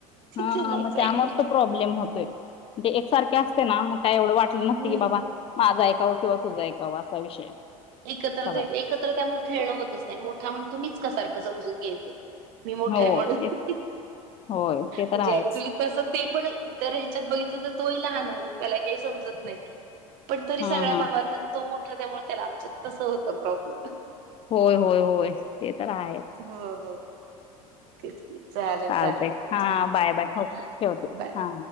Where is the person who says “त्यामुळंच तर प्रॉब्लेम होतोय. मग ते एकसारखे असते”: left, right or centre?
Left